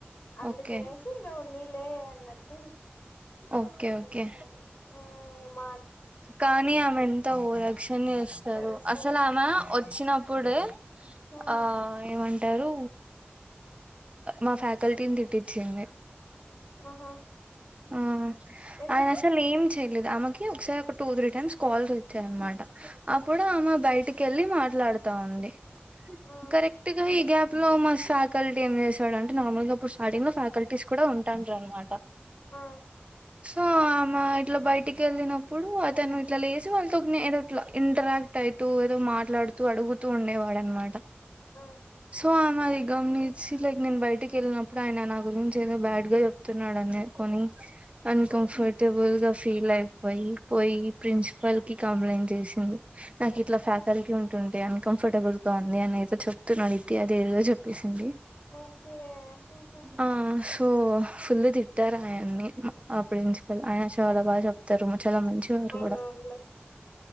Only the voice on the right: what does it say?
ఓకే
ఓకే
ఓకే
కానీ ఆమె ఎంత ఓవరాక్షన్ చేస్తదో
అసలు ఆమె వచ్చినప్పుడే
ఆ ఏమం టరు మా ఫ్యాకల్టీని తిట్టిచ్చింది
ఆ
ఆయన అసలు ఏం చెయలేదు ఆమెకి ఒకసారి ఒక టూ త్రీ టైమ్స్ కాల్స్ వచ్చాయనమాట అప్పుడు ఆమె బయటికెళ్ళి మాట్లాడుతా ఉంది
కరెక్ట్గా ఈ గ్యాప్ ప్ లో మా ఫ్యాకల్టీ ఏం చేశాడు అంటే నార్మల్ గా అప్పుడు స్టార్టింగ్ లో ఫ్యాకల్టీస్ కూడా ఉంటాడ్రనమాట
సో ఆమె ఇట్లా బయటికెళ్ళినప్పుడు అతను ఇట్లా లేసి వాళ్ళతో ఏదో ఇట్లా ఇంటరాక్ట్ అయితూ ఏదో మాట్లాడుతూ అడుగుతూ ఉండేవాడు అనమాట
సో ఆమె అది గమనించి లైక్ నేను బయటకెళ్ళినప్పుడు ఆయన నా గురించి ఏదో బ్యాడ్ గా చెప్తున్నాడనే కొని అన్కంఫర్టబుల్
గా ఫీల్ అయిపోయి పోయి ప్రిన్సిపాల్ కి కంప్లైంట్ చేసింది నాకు ఇట్లా
ఫ్యాకల్టీ ఉంటుంటే అన్కంఫర్టబుల్ గా ఉంది అని ఏదో చెప్తున్నాడు ఇది అది ఏదో చెప్పేసింది
ఆ సో ఫుల్ తి ట్టారు ఆయన్ని ఆ ప్రిన్సిపల్ ఆయన చాలా బాగా చెప్తారు చాలా మంచి వారు
కూడా